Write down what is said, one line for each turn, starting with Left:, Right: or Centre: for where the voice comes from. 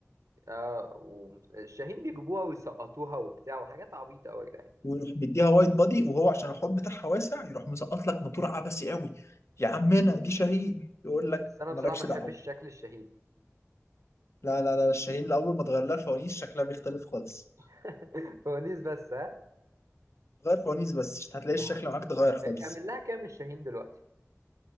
Right: اه والشاهين بيجيبوها ويسقطوها وبتاع وحاجات عبيطة أوي يا جدعان
Left: ويروح مديها وايد بادي وهو عشان الحوض بتاعها واسع يروح مسقط لك موتور عبسي قوي يا عمنا دي شاهين يقول لك
Right: بس أنا بصراحة
Left: مالكش
Right: ما بحبش
Left: دعوه
Right: شكل الشاهين
Left: لا لا لا الشاهين لاول ما تغير لها الفوانيس شكلها بيختلف خالص
Right: <laughs> فوانيس بس ها
Left: غير فوانيس بس مش هتلاقي الشكل
Right: آه.
Left: معاك اتغير خالص
Right: تعمل لها كام الشاهين دلوقتي